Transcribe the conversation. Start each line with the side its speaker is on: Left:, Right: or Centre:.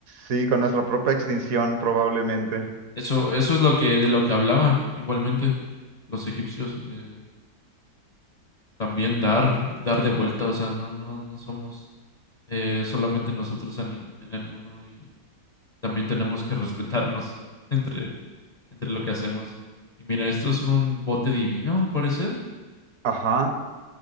Right: Sí, con nuestra propia extinción probablemente.
Left: Eso, eso es lo que de lo que hablaban igualmente los egipcios de también dar dar de vuelta, o sea, no no no somos eh, solamente nosotros en el en el mundo también tenemos que respetarnos <laughs> entre, entre lo que hacemos. Y mira, esto es un bote divino, al parecer.
Right: Ajá.